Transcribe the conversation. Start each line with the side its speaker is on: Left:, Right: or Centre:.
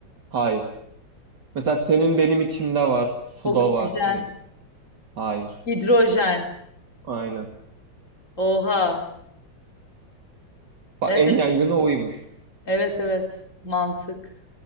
Right: hayır. Mesela senin benim içimde var, suda
Left: oksijen,
Right: var. Ne? Hayır.
Left: hidrojen.
Right: Aynen.
Left: Oha.
Right: Bak
Left: Evet,
Right: en yaygını oymuş.
Left: evet, evet. Mantık.